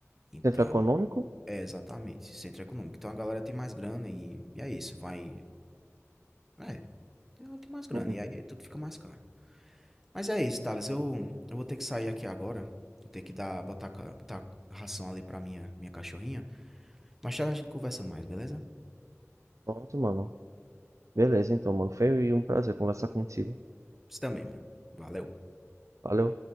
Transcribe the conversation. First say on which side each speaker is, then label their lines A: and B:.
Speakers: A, in the centre; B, on the right (about 80°).
A: Então,
B: Centro econômico?
A: é exatamente, centro econômico. Então a galera tem mais grana e, e é isso, vai. É, ela tem mais grana
B: Uhum.
A: e aí tudo fica mais caro. Mas é isso, Thales. Eu, eu vou ter que sair aqui agora. Vou ter que dar, botar, ca- botar ração ali pra minha, minha cachorrinha. Mas já a gente conversa mais, beleza?
B: Pronto, mano. Beleza, então, mano. Foi um prazer conversar contigo.
A: Você também, mano. Valeu.
B: Valeu.